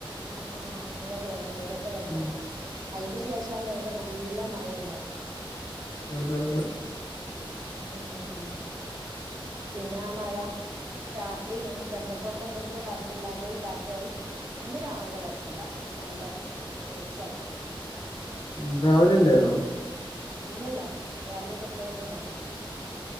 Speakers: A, on the right; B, on the left.
A: ആ ആ ആ അങ്ങനെയക്കെ വന്നു ഇവിടെ ഇവ്ടൊക്കെ വന്നു
B: ഉം.
A: അത് അയിന്റെ ശേഷാണ് ഞങ്ങക്ക് നല്ല മഴ ഉണ്ടായി
B: <unintelligible>
A: ഉം ഉം ഉം പിന്നെ ആ മഴ രാത്രി കിടന്നപ്പോക്കെ ഉണ്ട് പിന്നെ കറന്റ് ഇല്ലാതായി കാറ്റായി ഇന്ന് രാവിലെ കൊഴപ്പല്ല നല്ല തെളിച്ചായിട്ട്
B: ഉം രാവിലെല്ലേനോ
A: ഇല്ലല്ല രാവിലെ തൊട്ടേന്ന് ഇങ്ങനെയാ